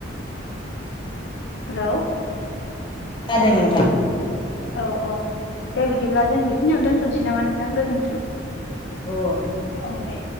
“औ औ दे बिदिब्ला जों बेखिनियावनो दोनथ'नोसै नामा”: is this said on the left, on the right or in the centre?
Left